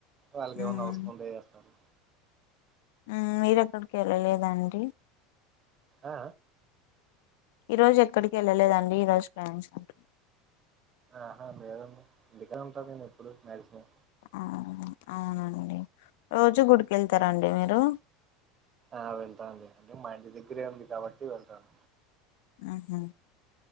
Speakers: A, on the right (about 25°); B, on the left (about 70°).
A: వాళ్ళకి
B: మ్మ్
A: ఏమన్నా అవసరం ఉంటే చేస్తారు
B: ఉమ్మ్ మీరెక్కడికి ఎళ్ళలేదా‌ అండి
A: ఆ
B: ఈరోజు ఎక్కడికి ఎళ్ళలేదాండి ఈరోజు <unintelligible> అంటు
A: ఆహా లేదండి ఇంటికనే ఉంట నేను ఎప్పుడు మాక్సిమం
B: ఆ అవునండి రోజు గుడికి ఎళ్తారాండి మీరు
A: ఆ వెళ్తా అండి అంటే మా ఇంటి దగ్గరే ఉంది కాబట్టి వెళ్తాను
B: ఆహా